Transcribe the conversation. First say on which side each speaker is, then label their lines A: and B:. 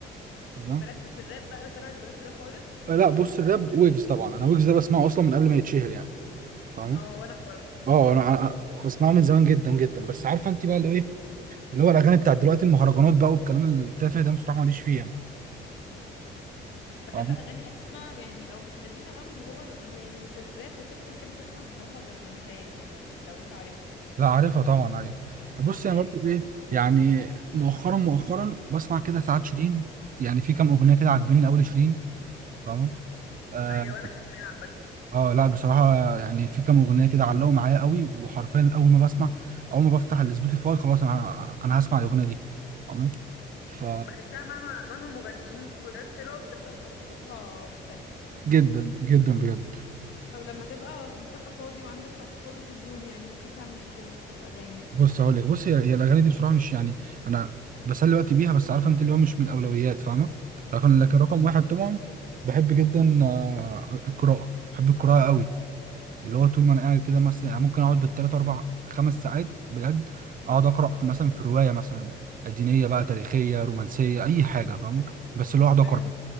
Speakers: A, on the right; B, on the left.
A: تمام
B: مالكش في الراب بقى اللي طالع دلوقتي ده خالص
A: آه لا بص الراب ويجز طبعا انا ويجز ده بسمعه اصلا من قبل ما يتشهر يعني فاهم
B: اه وانا برضه
A: اه انا أنا بسمعه من زمان جدا جدا بس عارفه انت بقى اللي ايه اللي هو الاغاني بتاعت دلوقتي المهرجانات بقى والكلام التافه ده بصراحه ماليش فيه يعني
B: بحب
A: فاهم؟
B: اغاني قديمه يعني او مش قديمه قوي اللي هو اللي يعني مش الراب وكده ما بحبش اسمع بصراحه غير انغام يعني لو انت عارفها
A: لا عارفها طبعا ايوه بص انا
B: ايوه
A: برضو ايه يعني مؤخرا مؤخرا بسمع كده ساعات شيرين يعني في كام اغنيه كده عاجبيني قوي شيرين فاهمه آه,
B: ايوه انا كمان عامه
A: اه لا بصراحه يعني في كام اغنيه كده علقوا معايا قوي وحرفيا اول ما بسمع اول ما بفتح السبوتيفاي خلاص انا انا هسمع الاغنيه دي فاهمه ف
B: بحسها مهما مهما مغنيين جداد طلعوا بتفضل برضو صوتها مختلف
A: جدا جدا بجد
B: طب لما تبقى تبقى فاضي وعندك وقت فاضي في اليوم يعني ممكن تعمل ايه تاني غير الاغاني
A: بص هقول لك بص هي هي الاغاني دي بصراحه مش يعني انا بسلي وقتي بيها بس عارفه انت اللي هو مش من الاولويات فاهمه لكن
B: م-م.
A: لكن رقم واحد طبعا بحب جدا آه، القراءه بحب القراءه قوي اللي هو طول ما انا قاعد كده مثلا يعني ممكن اقعد بالثلاث اربع خمس ساعات بجد اقعد اقرا في مثلا في روايه مثلا دينيه بقى تاريخيه رومانسيه اي حاجه فاهمه بس اللي هو اقعد اقرا
B: آه،